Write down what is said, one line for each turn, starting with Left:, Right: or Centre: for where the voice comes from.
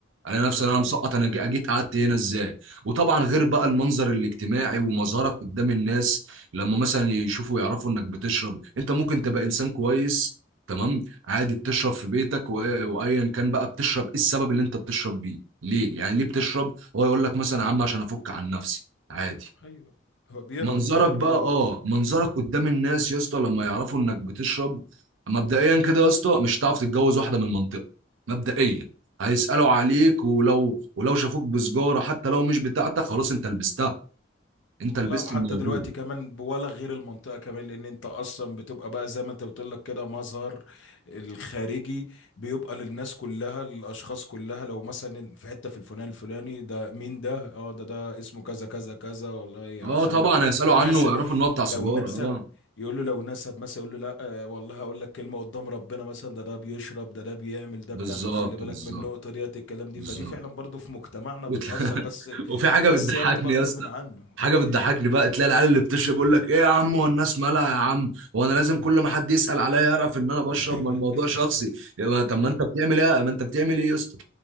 Right: الاقي نفسي
Left: ده حقيقي
Right: انا مسقط انا جي- جيت قعدت هنا ازاي وطبعا غير بقى المنظر الاجتماعي ومظهرك قدام الناس لما مثلا يشوفوا يعرفوا انك بتشرب انت ممكن تبقى انسان كويس تمام عادي بتشرب في بيتك و- وايا كان بقى بتشرب ايه السبب اللي انت بتشرب بيه ليه يعني ليه بتشرب هو يقول لك مثلا يا عم عشان افك عن نفسي عادي
Left: ايوه هو بيهرب
Right: منظرك
Left: ده الهروب
Right: بقى اه منظرك قدام الناس يا اسطى لما يعرفوا انك بتشرب مبدئيا كده يا اسطى مش هتعرف تتجوز واحده من المنطقه مبدئيا هيسالوا عليك ولو ولو شافوك بسجاره حتى لو مش بتاعتك خلاص انت لبستها انت
Left: والله
Right: لبست
Left: وحتى
Right: الموضوع
Left: دلوقتي كمان ولا غير المنطقة كمان لأن أنت أصلا بتبقى بقى زي ما أنت بتقول لك كده مظهر الخارجي بيبقى للناس كلها للأشخاص كلها لو مثلا في حتة في الفلان الفلاني ده مين ده؟ أه ده ده اسمه كذا كذا كذا والله عشان
Right: اه طبعا
Left: لو
Right: هيسالوا عنه
Left: نسب
Right: ويعرفوا ان هو بتاع سجاره
Left: لو نسب
Right: اه
Left: يقول له لو نسب مثلا يقول له لا آه، والله هقول لك كلمة قدام ربنا مثلا ده ده بيشرب ده ده بيعمل ده
Right: بالظبط
Left: بتاع فتخلي بالك
Right: بالظبط
Left: من النقطة ديت الكلام دي
Right: بالظبط
Left: فدي فعلا برضو في مجتمعنا
Right: <laughs>
Left: بتأثر بس
Right: وفي حاجه
Left: بس
Right: بتضحكني
Left: هي بتبقى غصب
Right: يا اسطى
Left: عنه
Right: حاجه بتضحكني
Left: إيه
Right: بقى تلاقي العيال اللي بتشرب يقول لك ايه يا عم هو الناس مالها يا عم هو انا لازم كل ما حد يسال عليا يعرف ان انا بشرب
Left: <laughs>
Right: ما الموضوع شخصي يبقى طب ما انت بتعمل ايه ما انت بتعمل ايه يا اسطى